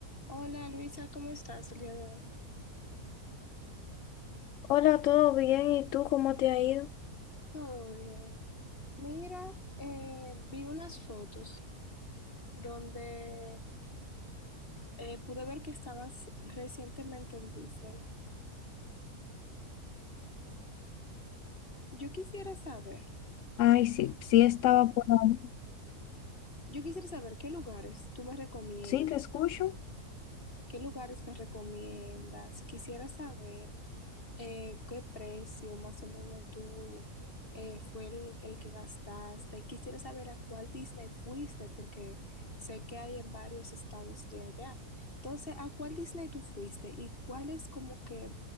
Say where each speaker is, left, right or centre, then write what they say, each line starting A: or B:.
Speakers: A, on the left (about 35°); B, on the left (about 70°).
A: Hola Luisa, ¿cómo estás el día de hoy?
B: Hola, ¿todo bien? ¿Y tú cómo te ha ido?
A: Todo bien. Mira, eh, vi unas fotos donde eh, pude ver que estabas recientemente en Disney. Yo quisiera saber,
B: Ay, sí, sí estaba por ahí.
A: yo quisiera saber qué lugares tú me recomiendas,
B: Sí, te escucho.
A: qué lugares me recomiendas. Quisiera saber Eh, ¿qué precio más o menos tú eh, fue el, el que gastaste? Quisiera saber a cuál Disney fuiste porque sé que hay en varios estados de allá. Entonces, ¿a cuál Disney tú fuiste y cuáles como que